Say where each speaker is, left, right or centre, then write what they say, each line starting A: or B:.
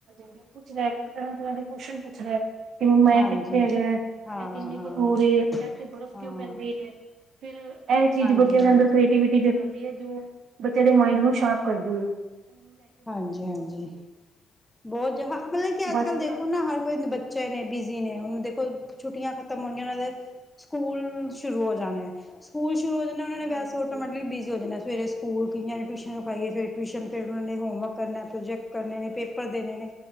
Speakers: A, on the right; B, in the centre.
A: ਹਾਂਜੀ, ਪੁੱਛ ਰਿਹਾ ਤਰ੍ਹਾਂ ਤਰ੍ਹਾਂ ਦੇ ਕੋਸ਼ਟਣ ਪੁੱਛ ਰਿਹਾ ਹੈ। ਕਿ ਮੈਂ
B: ਹਾਂਜੀ
A: ਕਿੱਥੇ ਹੈਗਾ।
B: ਹਾਂ
A: ਐ ਕਿੰਨੇ
B: ਹਾਂ
A: ਕੁ ਦੂਰ ਏ। ਇੱਥੇ ਬਰਫ਼
B: ਹਾਂ
A: ਕਿਉਂ ਪੈਂਦੀ ਐ। ਫਿਰ ਇਹ ਚੀਜ਼
B: ਹਾਂਜੀ
A: ਬੱਚਿਆ ਦੇ
B: ਹਾਂਜੀ
A: ਅੰਦਰ ਕ੍ਰਏਵਿਟੀ ਦੇ ਨਾਲ <unintelligible> ਜੋ ਬੱਚੇ ਦੇ ਮਾਈਡ ਨੂੰ ਸਾਫ਼ ਕਰਦੀ ਏ।
B: ਹਾਂਜੀ-ਹਾਂਜੀ, ਬਹੁਤ ਜਹਾ ਮਤਲਬ ਕਿ ਅੱਜ
A: ਬਸ
B: ਕੱਲ੍ਹ
A: ਥੋੜਾ
B: ਦੇਖ ਹੁਣ ਨਾ ਹਰ ਕੋਈ ਬੱਚੇ ਨੇ ਬਿਜ਼ੀ ਨੇ ਹੁਣ ਦੇਖੋ ਛੁੱਟੀਆਂ ਖਤਮ
A: ਹਮ
B: ਹੋਣਗੀਆਂ
A: ਹਮ
B: ਉਹਨਾਂ ਦੇ ਸਕੂ ਸਕੂਲ ਸ਼ੁਰੂ ਹੋ ਜਾਣੇ ਸਕੂਲ ਸ਼ੁਰੂ ਹੋ ਜਾਣੇ ਉਹਨਾਂ ਨੇ ਵੈਸੇ
A: ਹਾਂਜੀ ਹਾਂਜੀ
B: ਆਟੋਮੈਟਿਕਲੀ ਬੀਜੀ ਹੋ ਜਾਂਣੇ ਸਵੇਰੇ ਸਕੂਲ ਕਿੰਨੀਆ ਤੇ ਟੁਸ਼ਨ ਰਖਵਾਈ
A: ਹਾਂਜੀ ਹਾਂਜੀ
B: ਫਿਰ ਟੁਸ਼ਨ ਫੇਰ ਉਨਾਂ ਨੇ ਹੋਮਵਰਕ ਕਰਨਾ ਪ੍ਰੋਜੈਕਟ ਕਰਨੇ ਨੇ ਪੇਪ ਪਰ ਦੇਣੇ ਨੇ,